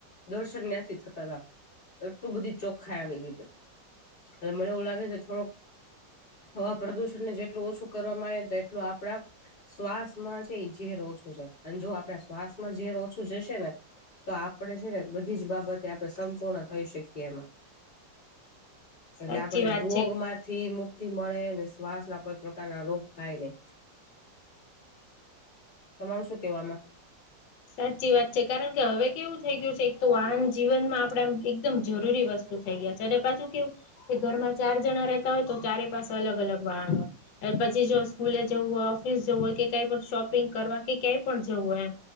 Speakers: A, on the left; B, on the left.
A: દર્શન ન્યાસી થતા હતા. એટલું બધી ચોખા આવી ગી હતી એટ મને એવું લાગે છે થોડોક. હવા પ્રદુષણ ને જેટલું ઓછું કરવામાં આવે એટલું આપડ. શ્વાસમાં છે ઝેર ઓછું છે અને જો આપડે શ્વાસ માં ઝેર ઓછું જશે ને. તો આપણેે છે ને બધી જ બાબતે આપણે સંપૂર્ણ થઈ શકીએ એમાં. એટલે
B: સાચી
A: આપણને
B: વાત
A: રોગ
B: છે
A: માંથી મુક્તિ મળે શ્વાસ ના કોઈ પ્રકારના રોગ થાય નહી. તમારું શું કેવામાં.
B: સાચી વાત છે કારણ કે હવે કેવું થઈ ગયું છે એક તો વાહન જીવનમાં આપણે એકદમ જરૂરી વસ્તુ. થઈ ગયા છે અને પાછું કેવું કે ઘરમાં ચાર જણા રહેતા હોય તો ચારે પાસે અલગ અલગ વાહણ હોય. પછી જો સ્કૂલે જવું હોય ઓફિસ જવું હોય કે કઈ પણ શોપિંગ કરવા કે ક્યાંય પણ જવું હોય એમ.